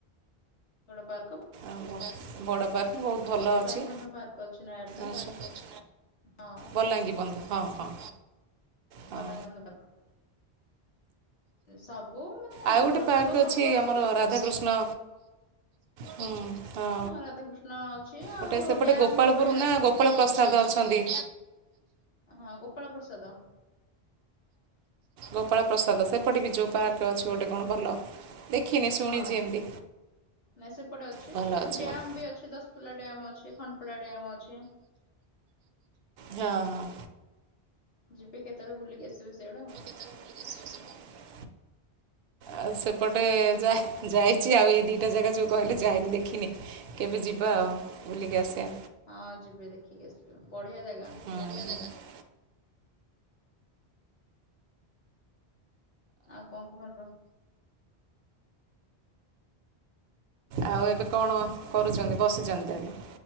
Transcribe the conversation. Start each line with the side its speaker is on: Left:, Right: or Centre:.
Left: ବଡ଼ ପାର୍କ
Right: ଆଉ ବଡ଼ ପାର୍କ ବହୁତ ଭଲ
Left: ବଲାଙ୍ଗୀ
Right: ଅଛି
Left: ମଧ୍ୟ ଅଛି ନାୟାଗଡ ରେ
Right: ଆଛି
Left: ହଁ
Right: ବଲାଙ୍ଗୀ ବନ୍ଧ ହଁ ହଁ। ହଁ।
Left: ବଳଙ୍ଗିବନ୍ଧ ପାର୍କ। ସବୁ ମାନେ।
Right: ଆଉ ଗୋଟେ
Left: ଲୋକ
Right: ପାର୍କ
Left: ସବୁଆଡୁ
Right: ଅଛି ଆମର
Left: ଆଉଛନ୍ତି
Right: ରାଧାକୃଷ୍ଣ ହୁଁ ହଁ
Left: ରାଧାକୃଷ୍ଣ ଅଛି ଆଉ
Right: ଗୋଟେ ସେପଟେ
Left: ଡ୍ୟାମ
Right: ଗୋପାଳପୁର
Left: ବି ବଢିଆ ଅଛି
Right: ନା ଗୋପାଳପ ପ୍ରସାଦ ଅଛନ୍ତି।
Left: ହଁ ଗୋପାଳ ପ୍ରସାଦ।
Right: ଗୋପାଳ ପ୍ରସାଦ ସେପଟେ ବି ଯୋଉ ପାର୍କଟେ ଅଛି ଗୋଟେ କଣ ଭଲ? ଦେଖିନି ଶୁଣିଛି
Left: ହଁ
Right: ଏମିତି
Left: ନାଇଁ ସେପଟେ ଅଛି
Right: ଭଲ
Left: ଡ୍ୟାମ
Right: ବୋଲି
Left: ବି ଅଛି ଦଶ ଖୁଲା ଡ୍ୟାମ ଅଛି ଖଣ୍ଡପଡା ଡ୍ୟାମ ଅଛି।
Right: ହଁ ହଁ।
Left: ଯିବେ କେତେବେଳେ ବୁଲିକି ଆସିବେ ସିଆଡେ ଆଉ
Right: <unintelligible> ଆଉ ସେପଟେ ଯାହା ଯାଇଛି ଆଉ ଏଇ ଦିଟା ଜାଗା ଯୋଉ କହିଲେ ଯାଇନି ଦେଖିନି କେବେ ଯିବା ଆଉ ବୁଲିକି ଆସିବା
Left: ହଁ ଯିବେ ଦେଖିକି ଆସିବେ ବଢିଆ ଜାଗା
Right: ହଁ
Left: ଆଉ କଣ କୁହନ୍ତୁ?
Right: ଆଉ ଏବେ କଣ କରୁଛନ୍ତି ବସିଛନ୍ତି ହେଲେ